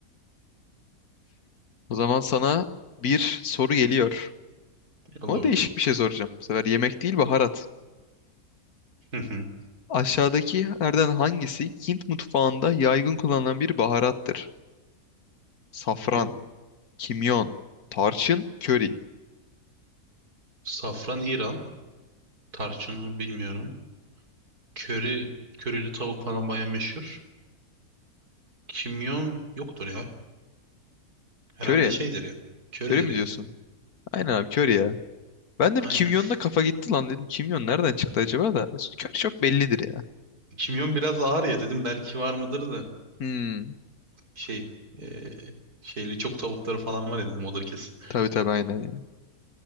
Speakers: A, on the left; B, on the right.
A: O zaman sana bir soru geliyor.
B: Allah
A: Ama
B: bakayım.
A: değişik bir şey soracağım. Bu sefer yemek değil baharat.
B: Hı hı.
A: Aşağıdakilerden hangisi Hint mutfağında yaygın kullanılan bir baharattır? Safran.
B: Köri,
A: Kimyon, tarçın, köri.
B: safran İran. Tarçını bilmiyorum. Köri, körili tavuk falan baya meşhur. Kimyon yoktur ya. Herhalde
A: Köri.
B: şeydir ya. Köridir
A: Köri mi
B: ya.
A: diyorsun? Aynen abi köri ya. Ben de
B: Aynen.
A: bir kimyonda kafa gitti lan dedim. Kimyon nereden çıktı acaba da? Köri çok bellidir ya.
B: Kimyon biraz ağır ya dedim belki var mıdır da.
A: Hmm.
B: şey e, şeyli çok tavukları falan var ya dedim odur kesin.
A: Tabii tabii aynen ya.